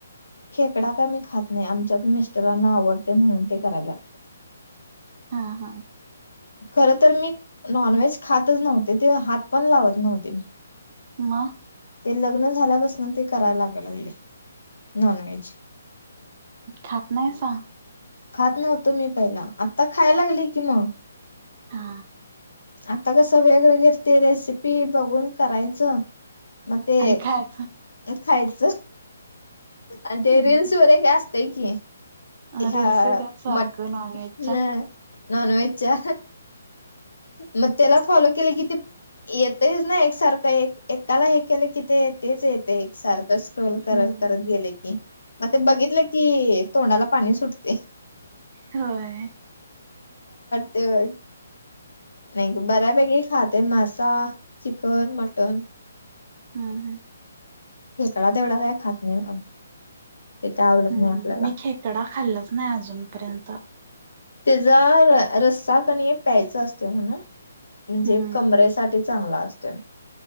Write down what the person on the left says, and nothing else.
खेकडा काय मी खात नाही आमच्यात मिस्टरांना ते आवडतय म्हणून ते कराय लागत
खर तर मी नॉनव्हेज खातच नव्हते, ते हात पण लावत नव्हते मी.
ते लग्न झाल्यापासनं ते कराय लागाय लागलंय. नॉनव्हेज.
खात नव्हतो मी पहिला आता खायला लागले की मग.
आता कसं वेगवेगर ते रेसिपी बघून करायचं. मग ते
खायच आणि ते
रीलल्स वगैरे काय असतंय की. ह्या
मटना
नॉन व्हेजच्या मग त्याला फॉलो केले कि ते येतयच ना एकसारखं एक एकाला हे केलं की ते तेच येते एक सारखं स्क्रोल करत
करत गेले की मग ते बघितले क कि तोंडाला पाणी सुटते.
ते व <unintelligible> नाही ग बऱ्यापैकी खाते मासा, चिकन, मटन.
खेकडा तेवढा काय खात नाही ते काय आवडत
नाही आपल्याला.
तेचा र रसा कनी प्यायचा असतोय म्हण म्हणजे
कमरेसाठी चांगला असतोय